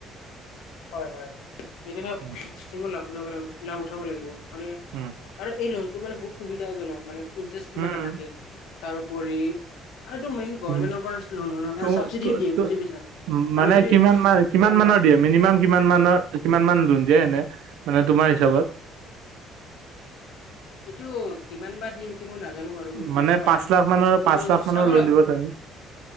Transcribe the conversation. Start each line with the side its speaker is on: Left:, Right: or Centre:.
Left: হয়', - হয়', এতিয়াটো
Right: উম
Left: স্কিম লাভ উলাব লাগিব লাভ উঠাব লাগিব মানে',
Right: উম',
Left: আৰু এই লোনটো মানে বহুত সুবিধাজনক, মানে ইন্টাৰেষ্ট
Right: উম
Left: ইমান নাথাকে তাৰোপৰি', আৰু এইটো মেইন গভমেন্টৰ
Right: উম
Left: পৰা লোন হয় ন,
Right: ত
Left: চাবচিডিও দিয়ে
Right: ত
Left: বুজি পাইছা',
Right: উম', মানে
Left: আৰু যদি
Right: কিমান মান কিমান
Left: আৰু
Right: মানৰ দিয়ে? মিনিমাম কিমান মানৰ কিমান মান লোন দিয়ে, এনে মানে তোমাৰ হিচাপত',
Left: এইটো কিমান বা দিয়ে সেইটো মই নাজানোঁ বাৰু, মই সেইতো
Right: মানে
Left: চোৱা
Right: পাঁচ
Left: নাই
Right: লাখ মানৰ
Left: কোনটো
Right: পাঁচ
Left: সেইটো
Right: লাখ মানৰ
Left: চাব
Right: লোন
Left: লাগিব',
Right: দিব চাগে